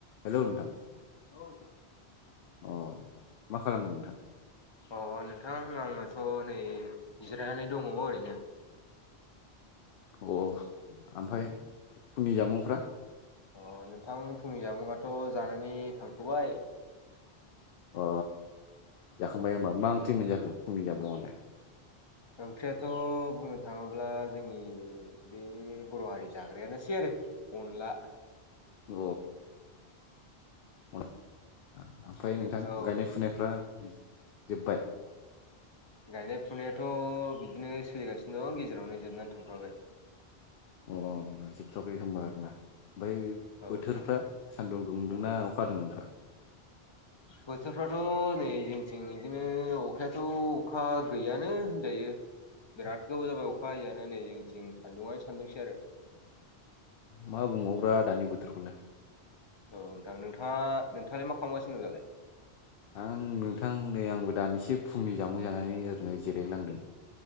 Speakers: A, on the left (about 65°); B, on the left (about 30°).
A: Hello नोंथां औ नोंथां अ मा खालामदो नोंथां
B: अ नोंथां आङोथ' नै जिरायनानै दङ ओरैनो
A: अ आमफाय फुंनि जामुंफ्रा
B: अ नोंथां फुंनि जामुंआथ' जानानै थांफ'बाय
A: अ जाखांबाय होनोमबा मा ओंख्रि मोनजाखो फुंनि जामुंआवलाय
B: ओंख्रियाथ' बुंनो थाङोब्ला जोंनि बे बर' हारि जाग्रायानोसै आरो अनला
A: अ ओमफफ्राय नोंथां
B: औ
A: गायनाय फुनायफ्रा जोब्बाय
B: गायनाय फुनायाथ' बिदिनो सोलिगासिनो दं गेजेरावनो जोबनानै थांथ'वाखै
A: अ जोबथ'बाय होनबाय आरोना ओमफ्राय
B: औ
A: बोथोरफ्रा
B: नोंथां
A: सान्दुं दुंदोंना अखा हादों नोंथां
B: बोथोरफ्राथ' नै जिंथिं बिदिनो अखायाथ' अखा गैयानो होनजायो।
A: <inaudible>
B: बिराद गोबाव जाबाय अखा हियानो नै जोंथिं सान्दुङनो सानदुंसै आरो
A: मा बुंबावोब्रा दानि बोथोरखौलाय
B: औ नोंथां नोंथाङा नोंथाङालाय मा खालामगासिनो दों दालाय?
A: आं नोंथां नै आंबो दानिसे फुंनि जामुं जानानै ओरैनो जिरायलांदों।